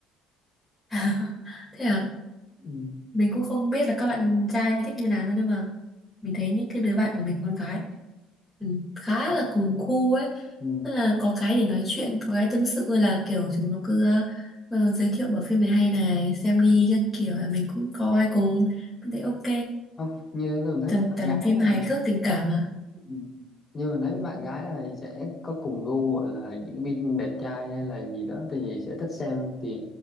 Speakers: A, in the centre; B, on the left (about 20°).
A: <laughs> thế à
B: ừ.
A: mình cũng không biết là các bạn trai thích như nào đâu nhưng mà mình thấy những cái đứa bạn của mình con gái ừ, khá là cùng gu ấy
B: Ừ.
A: tức là có cái để nói chuyện có cái tâm sự là kiểu chúng nó cứ ờ, ờ, giới thiệu bộ phim này hay này xem đi các kiểu mình cũng coi cùng mình thấy ok
B: Không, như mình thấy
A: toàn
B: mấy bạn
A: toàn
B: gái
A: phim
B: là
A: hài cước tình cảm mà
B: ừ. như mình thấy mấy bạn gái là sẽ có cùng gu gọi là diễn viên đẹp trai hay là gì đó thì sẽ thích xem thì